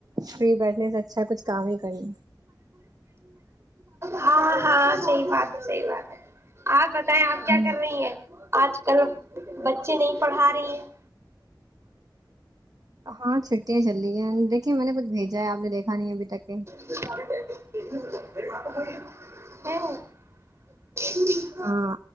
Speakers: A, on the right; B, on the right.
A: فری بیٹھنےسے اچھا کچھ کام ہی کرے
B: ہاں ہاں صحیح بات ہے صحیح بات ہے آپ بتائیں آپ کیا
A: ہوں
B: کر رہی ہیں آج کل بچے نہیں پڑھا رہی ہیں
A: ہاں چھٹیاں چل رہی ہیں دیکھیے میں نے کچھ بھیجا ہے آپ نے دیکھا نہیں ابھی تک کے
B: ہے
A: ہاں